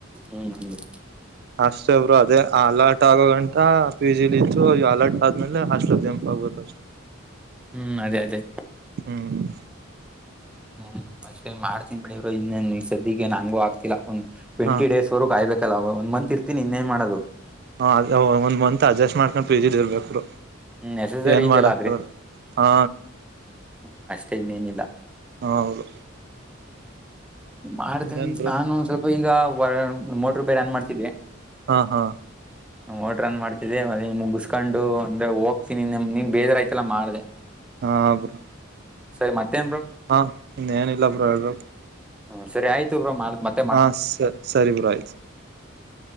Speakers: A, in the centre; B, on the right.
A: ಹ್ಮ್ ಹಂಗೆ.
B: ಅಷ್ಟೇ ಒಬ್ರು ಅದೇ ಅಲರ್ಟ್ ಆಗೋ ಗಂಟ ಪಿ ಜಿಲಿದು ಅಲರ್ಟ್ ಆದ್ಮೇಲೆ ಹಾಸ್ಟೆಲ್ ಜಂಪ್. ಹೋಗುತ್ತ ಅಷ್ಟೆ
A: ಹ್ಮ್ ಅದೇ ಅದೇ.
B: ಹ್ಮ್
A: ಹ್ಮ್ ಅಷ್ಟೆ ಮಾಡ್ತೀನಿ ಬಿಡವರೂ ಇನ್ನೇನ್ ಸದ್ಯಗ್ ಏನ್ ನಂಗೂ ಆಗ್ತಿಲ್ಲ. ಟ್ವೆಂಟಿ
B: ಹಾ
A: ಡೇಸವರೆಗೂ ಕಾಯ್ಬೇಕಲ್ಲ ಒಂದ ಮಂತ್ ಇರ್ತಿನಿ ಇನ್ನೇನ್ ಮಾಡೋದು.
B: ಹ ಅದ ಒಂದ ಮಂತ್ ಅಡ್ಜಸ್ಟ್ ಮಾಡ್ಕೊಂಡು ಪಿಜಿಲಿ ಇರ್ಬೇಕು.
A: ಹ್ಮ್ ನೆಸಸರಿ
B: ಏನ್
A: ಇದೆಯಲ್ಲ
B: ಮಾಡಕ ಆಗಲ್ಲಾ ಹಾ
A: ಹ್ಮ ಅಷ್ಟೇ ಇನ್ನೇನಿಲ್ಲ.
B: ಹಾ ಹೌದು
A: ಮಾಡ್ತನ್
B: ಇನ್ನೇನ್ ಬ್ರೋ
A: ನಾನು ಸ್ವಲ್ಪ ಈಗ ಮೋಟರು ಬೇರೆ ಆನ್ ಮಾಡ್ತಿದ್ದೆ
B: ಹಾ ಹಾ
A: <inaudible> ಮೋಟರ್ ಆನ್ ಮಾಡ್ತಿದ್ದೆ ಅದನ್ನು ಮುಗಿಸ್ಕೊಂಡು ಅಂದ್ರೆ ಹೋಗ್ತೀನಿ ನೀನ್ ಬೇಜರ್ ಆಯ್ತಲ್ಲ ಮಾಡ್ದೆ
B: ಹಾ ಬ್ರೋ
A: ಸರಿ ಮತ್ತೇನ್ ಬ್ರೋ
B: ಹಾ ಇ ಏನಿಲ್ಲ ಬ್ರೋ ಹೇಳ್ಬೇಕು
A: ಹ್ಮ ಸರಿ ಅಯ್ತು ಬ್ರೋ ಮಾಡತ್
B: ಹಾ ಸ ಸರಿ ಬ್ರೋ ಅಯ್ತು